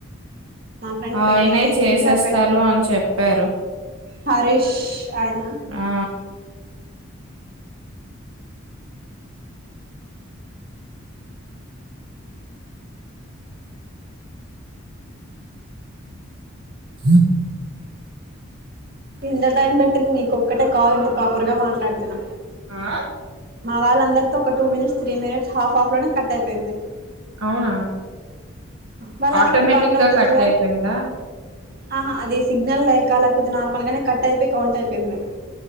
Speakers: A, on the right (about 45°); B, on the right (about 70°).
A: మా ఫ్రెండ్ పెట్టి
B: ఆయనే
A: మరీ స్క్రీన్
B: చేసేస్తారు
A: షాట్ పెట్టింది
B: అని చెప్పారు
A: హరీష్ ఆయన
B: ఆ హ
A: ఎంత టైం పట్టింది మీ ఒక్కటే కాల్ ఇంత ప్రాపర్ గా మాట్లాడుతున్నా
B: ఆ
A: మా వాళ్ళందరితో ఒక two minutes three minutes half of లోనే కట్ అయిపోయింది
B: అవునా
A: వాళ్ళ
B: ఆటోమేటిక్
A: అది కూడా కౌంట్ అవుతుంది
B: గా కట్
A: కదా
B: అయిపోయిందా
A: ఆహా అది సిగ్నల్ లేక లేకపోతే నార్మల్ గానే కట్ అయిపోయి కౌంట్ అయిపోయింది